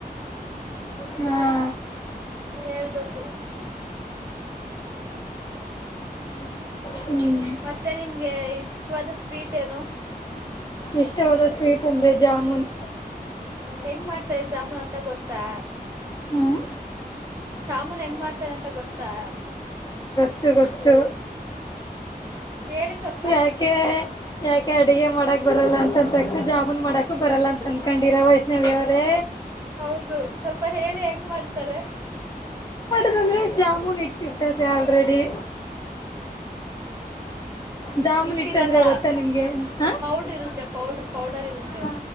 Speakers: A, on the left; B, on the right.
A: ಹ್ಮ
B: ಹೇಳ್ಬೇಕು ಹ್ಮ್.
A: ಹ್ಮ್
B: ಮತ್ತೆ ನಿಮಗೆ ಇಷ್ಟವಾದ ಸ್ವೀಟ್ ಏನು?
A: ಇಷ್ಟವಾದ ಸ್ವೀಟ್ ಅಂದ್ರೆ ಜಾಮೂನ್
B: ಹೆಂಗ್ ಮಾಡ್ತಾರೆ ಜಾಮೂನ್ ಅಂತ ಗೊತ್ತಾ
A: ಹ್ಮ್
B: ಜಾಮೂನ್ ಹೆಂಗ್ ಮಾಡ್ತಾರ್ ಅಂತ ಗೊತ್ತಾ?
A: ತ್ತು ಗೊತ್ತು
B: ಹೇಳಿ ಸ್ವಲ್ಪ
A: ಯಾಕೆ ಯಾಕೆ ಅಡಿಗೆ ಮಾಡಕ್ ಬರಲ್ಲ ಅಂತಂದ ತಕ್ಷಣ ಜಾಮುನ್ ಮಾಡಕೂ ಬರಲ್ಲ ಅಂತ ಅನ್ಕೊಂಡಿರ ವೈಷ್ಣವಿ ಅವ್ರೆ
B: ಹೌದು ಸ್ವಲ್ಪ ಹೇಳಿ ಹೆಂಗ್ ಮಾಡ್ತಾರೆ
A: ಏನಂದ್ರೆ ಜಾಮೂನ್ ಇಟ್ಟಿರ್ತದೆ ಆಲ್ರೆಡಿ. ಜಾಮೂನ್
B: ಇಟ್ಟಿರಲ್ಲ
A: ಇಟ್ಟಂದ್ರೆ ಗೊತ್ತಾ ನಿಮ್ಗೆ ಹ
B: ಪೌಡ್ರ್ ಇರುತ್ತೆ ಪೌಡ್ರು ಪೌಡರ್ ಇರುತ್ತೆ.
A: ಹಾ